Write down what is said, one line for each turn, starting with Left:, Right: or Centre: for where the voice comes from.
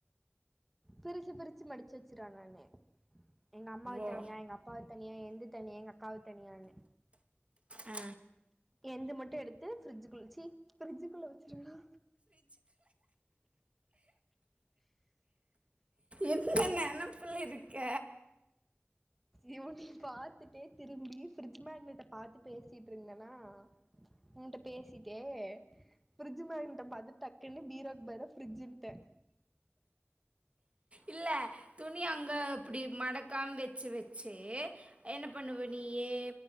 Centre: பிரிச்சி பிரிச்சி மடிச்சி வச்சிருவ நானே எங்க அம்மாது
Right: ஓ
Centre: தனியா எங்க அப்பாது தனியா எந்து தனியா எங்க அக்காது தனியான்னு
Right: ஆ
Centre: எந்து மட்டு எடுத்து ஃபிரிட்ஜ்குள்ள பிரிட்ஜுக்குள்ள வச்சிருவலா
Right: எந்த நெனைப்புல இருக்க
Centre: இவ்னிங் பாத்துட்டே திரும்பி ஃப்ரிட்ஜ் மேக்னட்ட பாத்து பேசிட்டு இருந்தனா ஊன்ட்ட பேசிட்டே ஃபிரிட்ஜ் மேக்னட்ட பாத்துட்டு டக்குண்ணு பீரோ பதில ஃப்ரி்ட்ஜ்ன்ட்ட
Right: இல்ல துணி அங்க இப்டி மடக்காம வெச் வெச்சே என்ன பண்ணுவ நீயே